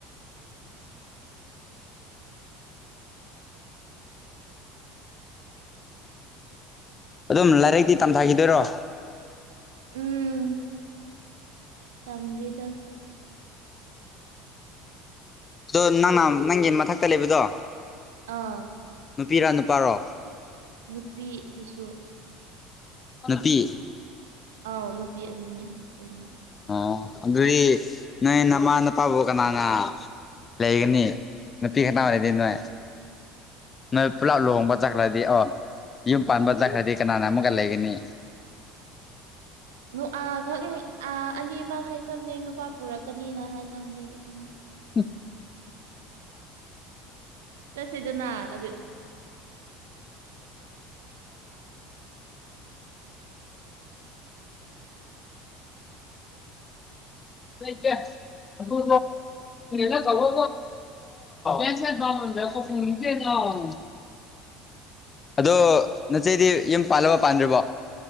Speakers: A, on the left; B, on the right.
A: ꯑꯗꯨꯝ ꯂꯥꯏꯔꯤꯛꯇꯤ ꯇꯝꯊꯥꯈꯤꯗꯣꯏꯔꯣ
B: ꯎꯝ ꯇꯝꯔꯤꯗ
A: ꯑꯗꯣ ꯅꯪꯅ ꯅꯪꯒꯤ ꯃꯊꯛꯇ ꯂꯩꯕꯗꯣ
B: ꯑꯥ
A: ꯅꯨꯄꯤꯔꯥ ꯅꯨꯄꯥꯔꯣ
B: ꯅꯨꯄꯤꯗꯨꯁꯨ
A: ꯅꯨꯄꯤ
B: ꯑꯥꯎ ꯅꯨꯄꯤ ꯑꯅꯤ ꯑꯩꯈꯣꯏꯅ
A: ꯑꯣ ꯑꯗꯨꯗꯤ ꯅꯣꯏ ꯅꯃꯥ ꯅꯄꯥꯕꯨꯧ ꯀꯅꯥꯅ ꯂꯩꯒꯅꯤ ꯅꯨꯄꯤ ꯈꯅꯥ ꯑꯣꯏꯔꯗꯤ ꯅꯣꯏ ꯅꯣꯏ ꯄꯨꯂꯞ ꯂꯨꯍꯣꯡꯕ ꯆꯠ ꯗꯤ ꯑꯣ ꯌꯨꯝ ꯄꯥꯟꯕ ꯆꯠꯈ꯭ꯔꯗꯤ ꯀꯅꯥꯅ ꯑꯃꯨꯛꯒ ꯂꯩꯒꯅꯤ
B: ꯑ ꯈꯪꯅꯤ ꯑ ꯑꯅꯤꯃꯛ ꯍꯥꯏꯅꯕꯅꯦ ꯅꯨꯄꯥ ꯄꯨꯔꯛꯀꯅꯤꯅ ꯍꯥꯏꯅꯕꯅꯦ ꯑꯗꯨ ꯈꯪꯗꯦ
A: ꯎꯝ
B: ꯆꯁꯗꯅ ꯑꯗꯨ
A: ꯀꯣꯏ ꯀ ꯑꯗꯨꯣ ꯅ ꯀ ꯀꯣ ꯄꯩꯁꯣꯦ ꯑꯥ ꯑꯗꯣ ꯅꯆꯦꯗꯤ ꯌꯨꯝ ꯄꯥꯜꯂꯕ ꯄꯥꯟꯗ꯭ꯔꯤꯕꯣ